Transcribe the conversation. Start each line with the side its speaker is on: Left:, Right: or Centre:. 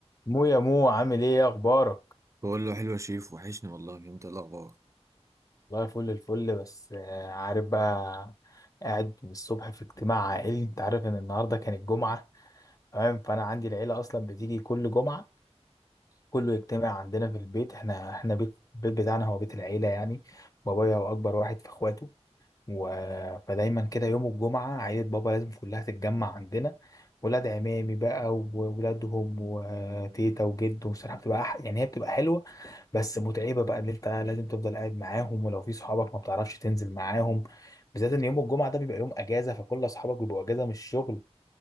Left: مو يا مو عامل ايه يا اخبارك
Right: بقول له حلو يا شيف وحشني والله انت ايه الاخبار
Left: والله فل الفل بس آه، عارف بقى قاعد من الصبح في اجتماع عائلي انت عارف ان النهارده كانت جمعه تمام فانا عندي العيله اصلا بتيجي كل جمعه كله يجتمع عندنا في البيت احنا احنا بيت البيت بتاعنا هو بيت العيله يعني بابايا هو اكبر واحد في اخواته و... فدايما كده يوم الجمعة عيلة بابا لازم كلها تتجمع عندنا ولاد عمامي بقى وولادهم وتيتا وجد وصراحة بتبقى أح... يعني هي بتبقى حلوة بس متعبة بقى اللي انت لازم تفضل قاعد معاهم ولو في صحابك ما بتعرفش تنزل معاهم بالذات ان يوم الجمعة ده بيبقى يوم اجازة فكل اصحابك بيبقوا اجازة من الشغل